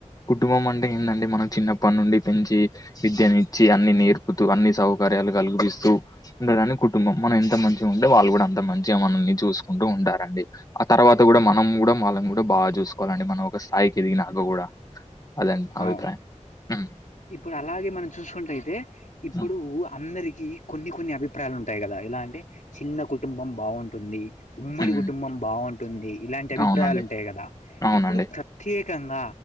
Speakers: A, on the left; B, on the left.
A: కుటుంబం అంటే ఏందండి మనం చిన్న పన్న నుండి పెంచి విద్యనిచ్చి అన్ని నేర్పుతూ అన్ని సౌకర్యాలు కల్పిస్తూ ఉండదానికి కుటుంబం మనం ఎంత మంచిగ ఉంటే వాళ్ళు కూడ అంత మంచిగా మనల్ని చూసుకుంటూ ఉంటారండి ఆ తర్వాత అ కూడా మనం కూడ వాళ్ళం కూడ బాగా చూసుకోవాలండి మనం ఒక స్థాయికి ఎదిగినాక కూడా అదండి నా అభిప్రాయం
B: అవును
A: ఉమ్,
B: ఇప్పుడు అలాగే మనం చూసుకుంట అయితే ఇప్పుడు
A: ఉమ్,
B: అ అందరికి కొన్ని కొన్ని అభిప్రాయాలు ఉంటాయి కదా ఇలా అంటే చిన్న కుటుంబం బాగుంటుంది ఉమ్మడి
A: ఉమ్,
B: కుటుంబం బాగుంటుంది ఇలాంటి అభిప్రాయాలు
A: అవునండి
B: ఉంటాయి కదా
A: అవునండి.
B: ఇప్పుడు ప్రత్యేక కంద